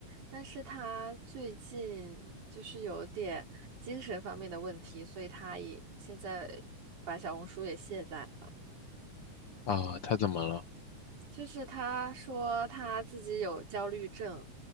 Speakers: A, on the right; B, on the left.
A: 但是他最近就是有点精神方面的问题，所以他也现在把小红书也卸载了。
B: 啊，她怎么了？
A: 就是他说他自己有焦虑症，